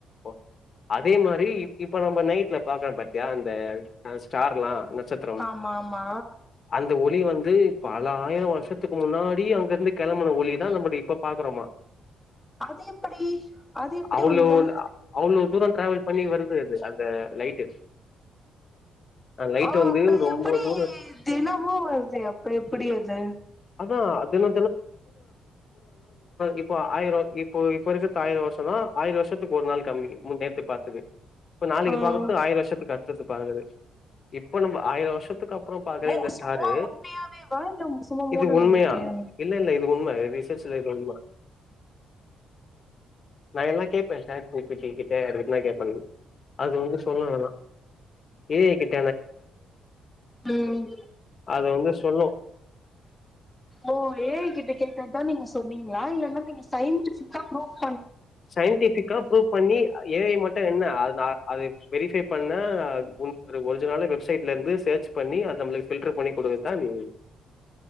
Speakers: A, on the left (about 35°); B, in the centre.
A: அஹ் அதே மாரி இப்ப நம்ப நைட்ல பாக்கலா பட் யார் அந்த ஃபஸ்ட் ஸ்டார்லா நச்சத்ரம்
B: ஆமா ஆமா
A: அந்த ஒளி வந்து பல பதுனேழு வர்ஷத்துக்கு முன்னாடி அங்கருந்து கெளம்புன ஒலிதா நம்பத இப்ப பாக்குறமா
B: அது எப்படி அது எப்படி
A: அவ்ளோலா
B: உண்ம
A: அவ்ளோ தூர ட்ராவல் பண்ணி வருது அது அந்த லைட்டு அந்த லைட்
B: ஆஹ்
A: வந்து
B: அப்ப
A: ரொம்ப
B: எப்பிடி
A: தூரோ
B: தினமு வருது அப்ற எப்பிடி அது
A: அதா தினோ இப்ப ஆயிரோ இப்போ இப்ப இருக்க காலேல வர்ஷானா ஆயிர வர்ஷத்துக்கு ஒரு நாள் கம்மி முன் நேத்து பாத்தது இப்ப நாளைக்கு
B: ஆ
A: பாக்கற்து ஆயிர வர்ஷத்துக்கா ஈ சி பழகவே இப்ப வந்து ஆயிர வர்ஷத்துக்கு அப் ப்ற பாக்கவே
B: மு
A: இன்ட்ரெஸ்ட்டாரு
B: சும்மா உண்மையாவேவா இல்ல சும்மா மூட
A: இது உண்மையா
B: நம்பிக்கையா
A: இல்ல இல்ல இது உண்ம ரிசப்ஷன்ல இது இல்ல நா எல்லா கேப்பே ஷேட் ஜி பி டி க்கிட்ட ரிப்ளே கேப்பேங்க அது வந்து சொல்லு எல்லா ஏ ஐ கிட்
B: உம்
A: அது வந்து சொல்லு
B: ஓ ஏ ஐ கிட்டக் கே க்றதானுங்க சொன்னீங்ளா இல்லனா நீங்க சயின்டிஃபிக்கா ப்ரூஃப்
A: சயின்டிஃபிக்கா ப்ரூவ் பண்ணி அ ஏ ஐ மட்டு என்ன அது நா அது வெரிஃபை பண்ணா ஒரு அது கொஞ்ச நாளாக வெப்சைட்ல இருந்து சர்ச் பண்ணி அத நம்மளுக்கு ஃபில்ட்ரு பண்ணி குடுக்கர்தா ஏ ஐ